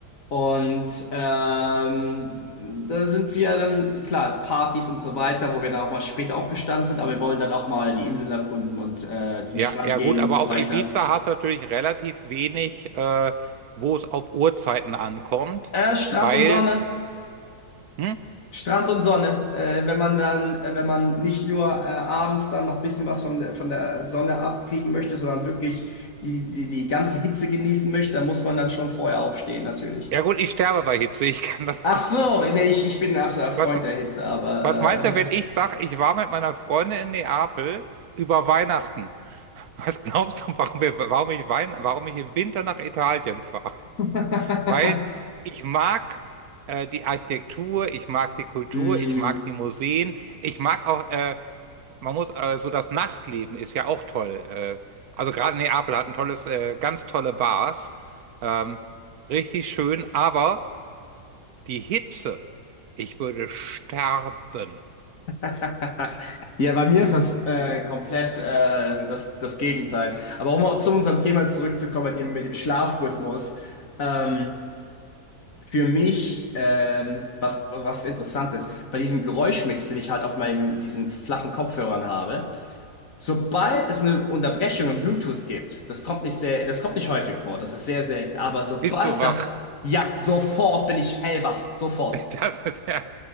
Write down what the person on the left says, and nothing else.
Und ähm, da sind wir dann, klar, es Partys und so weiter, wo wir dann auch mal spät aufgestanden sind, aber wir wollen dann auch mal die Inseln erkunden und äh, zum
Strand
gehen
und
so
weiter.
Äh, Strand
und Sonne.
Strand und Sonne, äh, wenn man dann, äh, wenn man nicht nur äh, abends dann noch ein bisschen was von, von der Sonne abkriegen möchte, sondern wirklich die, die, die ganze Hitze genießen möchte, dann muss man dann schon vorher aufstehen, natürlich.
Ach so, nee, ich, ich bin ein absoluter Freund
der Hitze, aber
äh,
ja.
<laughs>
Hm.
<laughs> Ja, bei mir ist das äh, komplett äh, das, das Gegenteil. Aber um zu unserem Thema zurückzukommen, mit dem, mit dem Schlafrhythmus. Ähm, Für mich, ähm, was, was Interessantes, bei diesem Geräuschmix, den ich halt auf meinen, diesen flachen Kopfhörern habe, sobald es eine Unterbrechung im Bluetooth gibt, das kommt nicht sehr, das kommt nicht häufig vor, das ist sehr selten, aber sobald
das, ja, sofort bin ich hellwach, sofort.